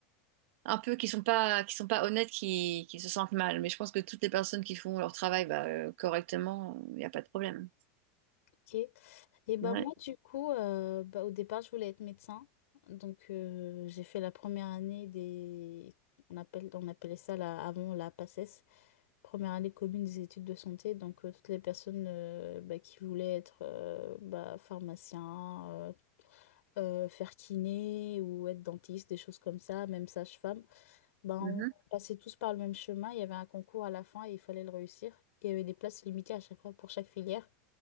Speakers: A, on the right (about 60°); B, on the left (about 80°).
A: un peu qui sont pas qui sont pas honnêtes qui, qui se sentent mal mais je pense que toutes les personnes qui font leur travail bah, euh, correctement il n'y a pas de problème
B: <laughs> Ok. Et ben
A: ouais
B: moi du coup euh, bah, au départ je voulais être médecin donc euh, j'ai fait la première année des on appelle on appelait ça la- avant la PACES première année commune des études de santé donc euh, toutes les personnes euh, bah, qui voulaient être euh, bah, pharmacien euh, euh, faire kiné ou être dentiste des choses comme ça même sage-femme ben
A: Mhm.
B: on passait tous par le même chemin il y avait un concours à la fin et il fallait le réussir il y avait des places limitées à chaque fois pour chaque filière